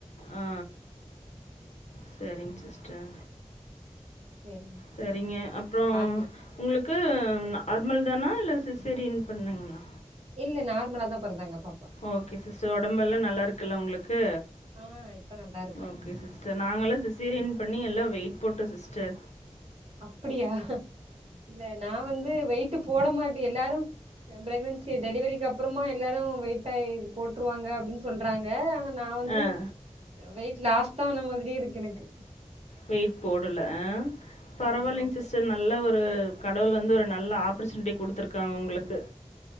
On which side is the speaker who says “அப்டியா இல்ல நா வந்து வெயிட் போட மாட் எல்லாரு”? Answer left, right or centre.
Right